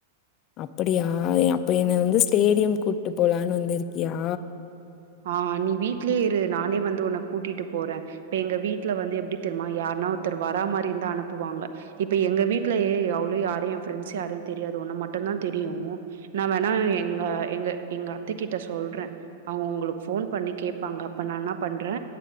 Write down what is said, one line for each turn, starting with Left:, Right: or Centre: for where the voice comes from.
Left: அப்புடியா அப்ப என்னே வந்து ஸ்டேடியம் கூட்டு போலான்னு வந்திருக்கியா
Right: ஆ நீ வீட்லயே இரு நானே வந்து உன்னே கூட்டிட்டு போற இப்ப எங்க வீட்ல வந்து எப்புடி தெ மா யாருனா ஒருத்தர் வரா மாரி இருந்தா அனுப்புவாங்க இப் ப்ப எங்க வீடலேயே அவ்ளோ யாரையு என் ஃபிரெண்ட்ஸ் யாரையு தெரியாது ஒன்ன மட்டுந்தா தெரியு நா வேணா எங்க எங்க எங்க அத்தைகிட்ட சொல்றே அவங்க உங்களுக் போன் பண்ணி கேப்பாங்க அப்ப நா என்ன பண்றே